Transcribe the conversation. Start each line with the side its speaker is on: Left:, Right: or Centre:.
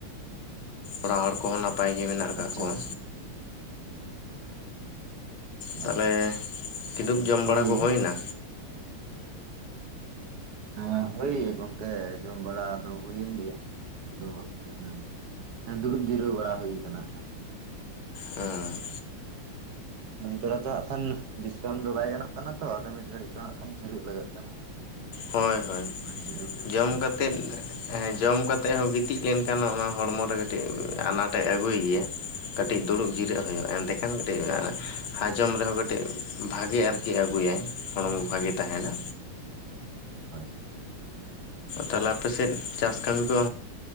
Left: ᱚᱲᱟᱜ ᱦᱚᱲ ᱠᱚᱦᱚᱸ ᱱᱟᱯᱟᱭ ᱜᱮ ᱢᱮᱱᱟᱜ ᱟᱠᱟᱜ
Right: ᱟᱪᱪᱷᱟ
Left: ᱠᱚᱣᱟ᱾
Right: ᱟᱪᱪᱷᱟ
Left: ᱛᱟᱦᱞᱮ
Right: ᱟᱪᱪᱷᱟ
Left: ᱠᱤᱫᱩᱵ ᱡᱚᱢ
Right: ᱦᱳᱭ
Left: ᱵᱟᱲᱟ ᱠᱚ ᱦᱳᱭᱱᱟ?
Right: ᱮᱸ ᱦᱳᱭ ᱜᱚᱝᱠᱮ ᱡᱚᱢ ᱵᱟᱲᱟ ᱫᱚ ᱦᱳᱭᱮᱱ ᱜᱮᱭᱟ᱾ ᱱᱤᱛᱚᱜ ᱫᱚ ᱦᱟᱸᱜ ᱠᱷᱟᱱ ᱫᱩᱲᱩᱵ ᱡᱤᱨᱟᱹ ᱵᱟᱲᱟ ᱦᱩᱭ ᱠᱟᱱᱟ ᱟᱸ
Left: ᱟ᱾
Right: ᱤᱱ ᱫᱟᱨᱟ ᱫᱚ ᱟᱸᱜ ᱠᱷᱟᱱ ᱵᱤᱥᱨᱟᱢ ᱫᱚ ᱵᱟᱭ ᱜᱟᱱᱚᱜ ᱠᱟᱱᱟ ᱛᱚ ᱟᱫᱚ ᱢᱤᱫ ᱜᱷᱟᱲᱤᱡ ᱫᱚ ᱦᱟᱸᱜ ᱠᱷᱟᱱ ᱡᱤᱨᱳᱜ ᱞᱟᱜᱟᱜ ᱠᱟᱱᱟ᱾
Left: ᱦᱚᱭ ᱦᱚᱭ
Right: ᱡᱤᱨᱟᱹᱣ ᱦᱩᱭ
Left: ᱡᱚᱢ
Right: ᱠᱟᱱᱟ
Left: ᱠᱟᱛᱮᱫ ᱮᱸ ᱡᱚᱢ ᱠᱟ ᱛᱮ ᱦᱚᱸ ᱜᱤᱛᱤᱡ ᱞᱮᱝᱠᱷᱟᱱ ᱚᱱᱟ ᱦᱚᱲᱢᱚ ᱨᱮ ᱠᱟᱹᱴᱤᱡ ᱟᱱᱟᱴᱮ ᱟᱹᱜᱩᱭ ᱜᱮᱭᱟ᱾ ᱠᱟᱹᱴᱤᱡ ᱫᱩᱲᱩᱵ ᱡᱤᱨᱟᱹᱜ ᱦᱳᱭᱳᱜ-ᱟ ᱮᱸᱰᱮ <unintelligible> ᱦᱟᱡᱚᱢ ᱨᱮᱦᱚᱸ ᱠᱟᱹᱴᱤᱡ ᱵᱷᱟᱜᱮ ᱟᱨᱠᱤ ᱟᱜᱩᱭᱟᱭ᱾ ᱦᱚᱲᱢᱚ ᱵᱷᱟᱜᱮ ᱛᱟᱦᱮᱱᱟ᱾
Right: ᱦᱚᱭ᱾
Left: ᱛᱟᱦᱞᱮ ᱟᱯᱮ ᱥᱮᱫ ᱪᱟᱥ ᱠᱟᱹᱢᱤ ᱠᱚ